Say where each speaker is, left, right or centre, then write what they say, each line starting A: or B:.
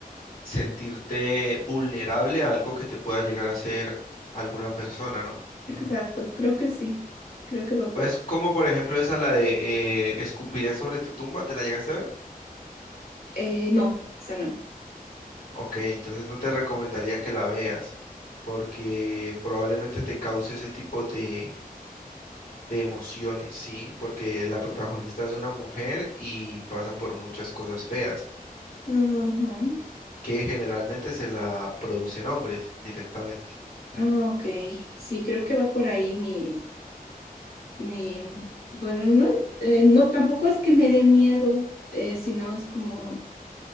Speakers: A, on the left (about 60°); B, on the left (about 85°).
A: sentirte vulnerable a algo que te pueda llegar a hacer alguna persona, ¿no?
B: Exacto, creo que sí, creo que va
A: Pues
B: por ahí.
A: como por ejemplo esa, la de eh, escupiré sobre tu tumba, ¿te la llegaste a ver?
B: Eh, no, esa no.
A: Ok, entonces no te recomendaría que la veas, porque probablemente te cause ese tipo de, de emociones, ¿sí? Porque la protagonista es una mujer y pasa por muchas cosas feas.
B: Ujú.
A: que generalmente se la producen hombres directamente.
B: Ah, ok, sí, creo que va por ahí mi, mi, bueno, no, eh, no, tampoco es que me dé miedo, eh, sino es como,